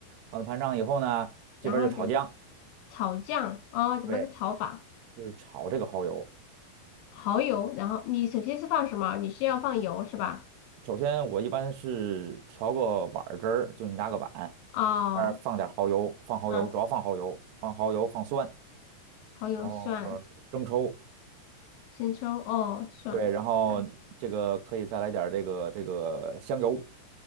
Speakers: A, on the right; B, on the left.
A: 放在盘上以后呢，这边儿就炒姜，
B: 然后就炒酱。哦，怎么个炒法？
A: 对，就是炒这个蚝油。
B: 蚝油，然后你首先是放什么？你是要放油是吧？
A: 首先我一般是调个碗儿汁儿，就你拿个碗，
B: 哦，
A: 里边儿放点儿蚝油，放蚝油，
B: 嗯，
A: 主要放蚝油，放蚝油，放蒜。
B: 蚝油蒜。
A: 然后呃生抽，
B: 生抽哦，蒜，
A: 对，然后这个可以再来点儿这个这个香油，
B: 嗯，